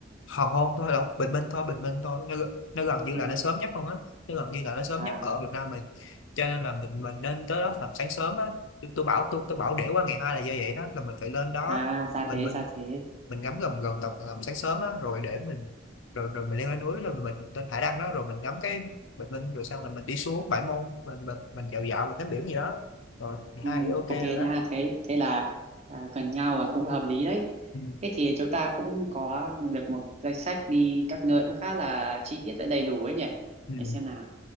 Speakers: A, on the left (about 85°); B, on the right (about 35°).
A: hoàng hôn thôi đâu bình minh thôi bình minh thôi nó, nó gần như
B: Ừm,
A: là nó sớm nhất luôn á nó gần như là nó sớm
B: à
A: nhất ở Việt Nam mình cho nên là mình mình nên tới đó thật sáng sớm á tôi, tôi bảo tôi tôi bảo để qua ngày hai là do vậy đó là mình phải lên đó
B: à ra
A: mình
B: thế
A: mình
B: ra thế.
A: mình ngắm gần gần tầm tầm sáng sớm á rồi để mình rồi rồi mình leo lên núi rồi mình lên thải đăng đó rồi mình ngắm cái bình minh rồi xong là mình đi xuống Bãi Môn mình mình, mình dạo dạo mình tắm biển gì đó rồi
B: Ừm,
A: hai thì ok
B: ok
A: rồi đó
B: nha, thế thế là à, gần nhau và cũng hợp lý đấy.
A: ừ.
B: Thế thì chúng ta cũng có được một danh sách đi các nơi cũng khá là chi tiết và đầy đủ ấy nhỉ.
A: Ừ.
B: Để xem nào.